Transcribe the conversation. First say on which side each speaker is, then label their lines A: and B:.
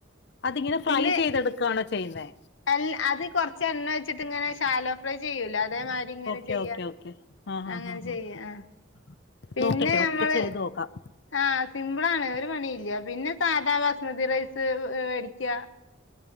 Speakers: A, on the left; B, on the left.
A: അതിങ്ങനെ ഫ്രൈ
B: പിന്നെ
A: ചെയ്തെടുക്കാണോ ചെയ്യുന്നേ
B: അൽ അതി കൊർച് ച്ചെണ്ണ ഒഴിച്ചിട്ടിങ്ങനെ ശാലോഫ്രൈ ചെയ്യൂലെ അ തേ മാരി ഇങ്ങനെ
A: ഓക്കെ
B: ചെയ്യാ.
A: ഓക്കെ ഓക്കെ ആഹ്
B: അങ്ങനെ
A: ആഹ് ആഹ് ആഹ്
B: ചെയ്യാ ആഹ് പിന്നെ
A: നോക്കട്ടെ
B: ഞമ്മള്
A: ഒക്കെ ചെയ്ത് നോക്കാം
B: ആഹ് സിമ്പിളാണ് ഒരു പണിയില്ല. പിന്നെ സാധാ ബാസ്മതി റൈസ് വേടിക്ക്യ